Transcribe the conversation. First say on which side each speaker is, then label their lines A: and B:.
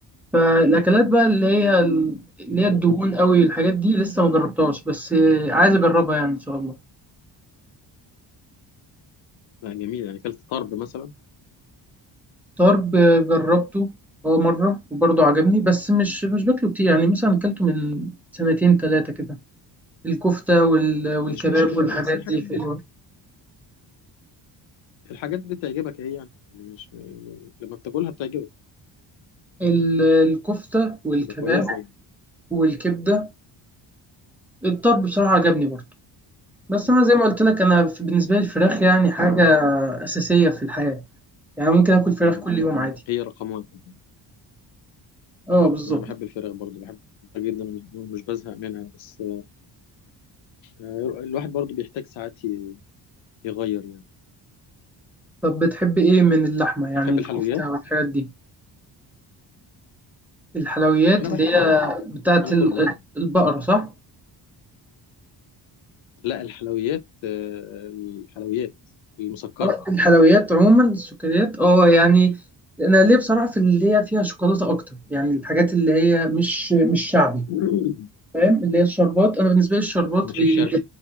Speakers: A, in the centre; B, on the left.
A: فالأكلات بقى اللي هي اللي هي
B: دي
A: الدهون قوي الحاجات دي لسه ما جربتهاش بس آه، عايز أجربها يعني إن شاء الله
B: لا جميلة يعني أكلت طرب مثلا
A: طرب جربته هو مرة وبرضه عجبني بس مش مش باكله كتير يعني مثلا أكلته من سنتين تلاتة كده الكفتة وال- والكباب
B: مش مشكلة
A: والحاجات
B: بس الحاجات
A: دي حلوة
B: دي الحاجات دي بتعجبك أهي يعني يعني مش يعني لما بتاكلها بتعجبك
A: ال- الكفتة والكباب
B: تبقى كويسة يعني
A: والكبدة الطرب بصراحة عجبني برضه بس
B: مم.
A: أنا زي ما قلت لك أنا في- بالنسبة لي الفراخ يعني حاجة أساسية في الحياة يعني ممكن آكل فراخ
B: مم.
A: كل يوم عادي
B: هي رقم واحد
A: أه بالظبط
B: أنا بحب الفراخ برضو بحبها جدا ومش بزهق منها بس آه، الواحد برضو بيحتاج ساعات ي- يغير يعني
A: طب بتحب إيه من اللحمة يعني
B: تحب
A: الكفتة
B: الحلويات
A: والحاجات دي الحلويات
B: انا
A: اللي
B: بحب
A: هي
B: ال-
A: بتاعت
B: انا
A: ال-
B: كله
A: البقرة صح؟
B: لا الحلويات آه، الحلويات المسكره
A: آه، الحلويات عموما السكريات اه يعني انا ليه بصراحه في اللي هي فيها شوكولاته اكتر يعني الحاجات اللي هي مش مش شعبي
B: <clears throat>
A: فاهم اللي هي الشربات انا بالنسبه لي الشربات
B: مش
A: بي
B: الشرق